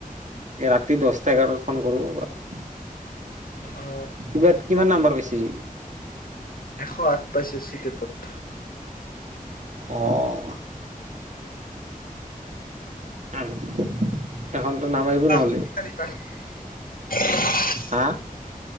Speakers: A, on the right; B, on the left.
A: ৰাতি দহটা এঘাৰত ফোন কৰোঁ বাৰু
B: অ
A: কিবা কিমান নাম্বাৰ পাইছেহি?
B: এশ আঠ পাইছেহি। <unintelligible>
A: অ আৰু এখনতো নামাৰিব নহল।
B: <unintelligible>
A: হা